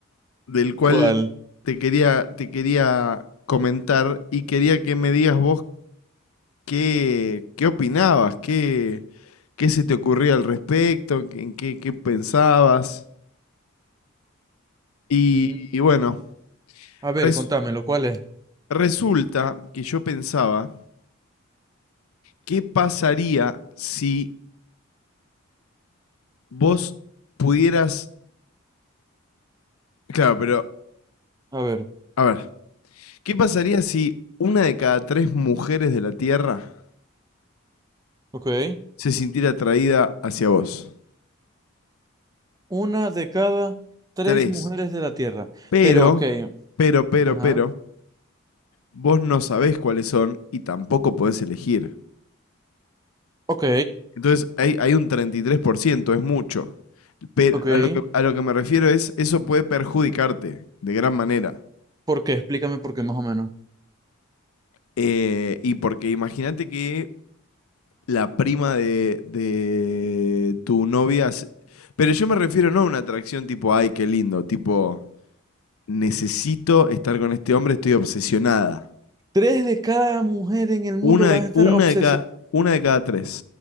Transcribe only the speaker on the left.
del cual
te quería, te quería comentar y quería que me digas vos qué, qué opinabas, qué, qué se te ocurría al respecto, en qué, qué pensabas. Y,
y bueno.
Res-
Resulta que yo pensaba, ¿qué pasaría si vos pudieras... Claro, pero,
a ver, ¿qué pasaría si una de cada tres mujeres de la Tierra
se sintiera atraída hacia vos?
Tres.
Pero,
pero, pero,
pero, vos no sabés cuáles son y tampoco podés elegir.
Entonces, hay, hay un 33% es mucho. Pero
a lo que, a lo que me refiero es, eso puede perjudicarte de gran manera.
Eh, y porque imagínate que la prima de, de tu novia. Pero yo me refiero no a una atracción tipo, ay, qué lindo, tipo, necesito estar con este hombre, estoy obsesionada.
Una
de,
una
de cada, una de cada tres.